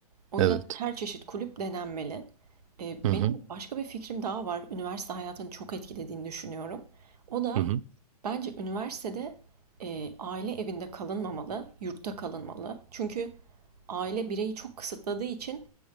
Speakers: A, on the right (about 80°); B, on the right (about 55°).
A: O yüzden
B: Evet.
A: her çeşit kulüp denenmeli. Ee,
B: Hı hı.
A: benim başka bir fikrim daha var. Üniversite hayatını çok etkilediğini düşünüyorum. O da
B: Hı hı.
A: bence üniversitede e, aile evinde kalınmamalı, yurtta kalınmalı. Çünkü aile bireyi çok kısıtladığı için